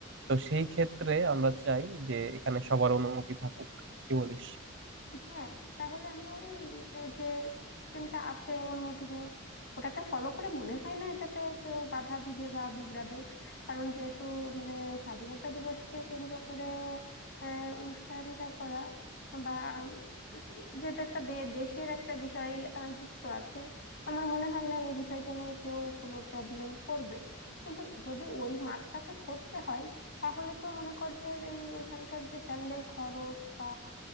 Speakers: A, on the right; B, on the left.
A: তো সেই ক্ষেত্রে আমরা চাই যে এখানে সবার অনুমতি থাকুক কি বলিস
B: হ্যাঁ তাহলে আমরা ওই উম, যে সিস্টেমটা আছে অনুমতি নেওয়ার ওটাকে ফলো করে মনে হয় না এটাতে কেউ বাধা দিবে বা বিগড়াবে কারণ যেহেতু মানে স্বাধীনতা দিবসকে কেন্দ্র করে আহ, অনুষ্ঠানটা করা বা উম, যেহেতু একটা দে- দেশের একটা বিষয় আহ, যুক্ত আছে আমার মনে হয় না এই বিষয়টা নিয়ে কেউ কোনো প্রবলেম করবে কিন্তু যদি ওই মাঠটাতে করতে হয় তাহলে তো মনে কর যে এই ওইখানকার যে প্যান্ডেল খরচ বা